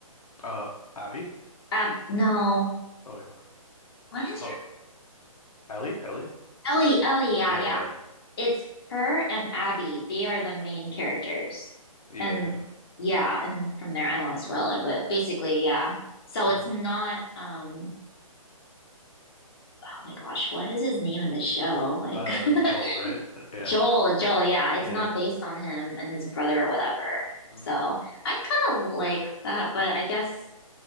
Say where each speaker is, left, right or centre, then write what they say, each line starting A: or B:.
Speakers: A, on the left; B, on the left.
A: Uh, Abby?
B: Um, no,
A: Oh, wait.
B: what is
A: Oh,
B: her?
A: Ellie? Ellie?
B: Ellie, Ellie, yeah,
A: Yeah.
B: yeah.
A: yeah. yeah.
B: It's her and Abby. They are the main characters.
A: Yeah.
B: And yeah, and from there, I don't want to spoil it, but basically, yeah. So it's
A: Mm-hmm.
B: not, um, oh my gosh, what is his name in the show? Like,
A: Uh, Joel,
B: <laughs>
A: right? Yeah.
B: Joel, Joel, yeah, it's
A: Yeah.
B: not based on him and his brother or whatever.
A: hmm
B: So I kind of like that, but I guess